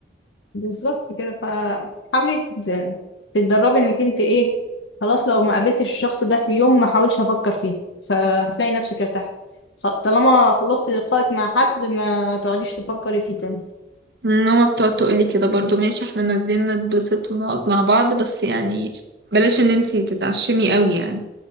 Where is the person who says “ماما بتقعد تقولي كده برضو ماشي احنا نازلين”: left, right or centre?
Right